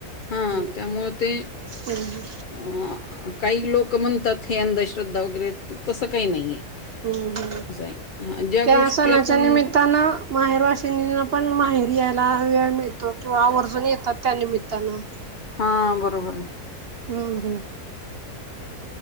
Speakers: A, on the left; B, on the right.
A: हा
B: हम्म.
A: त्यामु ते
B: हम्म
A: अ काही लोक म्हणतात हे अंधश्रद्धा वगैरे तसं काही नाहीये
B: हम्म ह
A: असं आहे. हां, ज्या
B: त्या
A: गोष्टी
B: सणाच्या
A: आपण
B: निमित्तानं माहेर वाशिनीना पण माहेर यायला वेळ मि येतो किंवा आवर्जून येतात त्या निमित्तानं
A: हा बरोबर आहे
B: हम हा